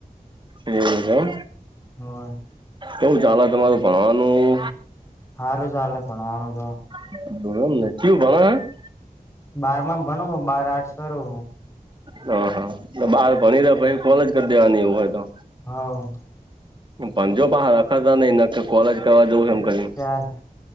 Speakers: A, on the right; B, on the left.
A: એ જોમ,
B: હ
A: કેવું ચાલે તમારું ભણવાનું?
B: સારું ચાલે ભણવાનું છે.
A: <unintelligible>
B: બાર માં ભણો બાર આર્ટસ કરુ.
A: હ હા! બહાર ભણી રહ્યા પછી, કોલેજ કરી દેવાની એવું હોય તો
B: હા!
A: ભણજો બહાર રખાતા નહી ન કોલેજ કરવા જવું એમ કરી.
B: ચાર